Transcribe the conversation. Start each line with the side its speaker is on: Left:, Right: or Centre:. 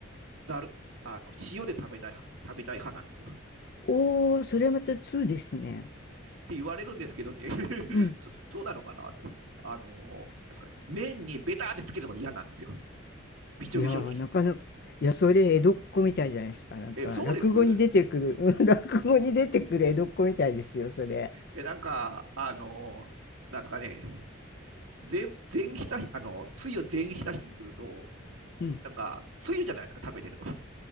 Right: ざる、あの、塩で食べたい食べたい派なんですよ。
Left: おー、それはまた2ですね。
Right: って言われるんですけどね <laughs>、
Left: うん。
Right: そそうなのかなって、あのーなんですかね、麺にベターってつけるのが嫌なんですよ、びちょびちょに。
Left: いやー、なかなか、いや、それ江戸っ子みたいじゃないですか。なんか、
Right: え、そうです
Left: 落語に出てくる、<laughs> うん落語に出てくる江戸っ子みたいですよ、それ。
Right: え、なんか、あのーなんですかね、全全ひたひ、あの、つゆを全ひたひにすると、
Left: うん。
Right: なんか、つゆじゃないですか、食べてると。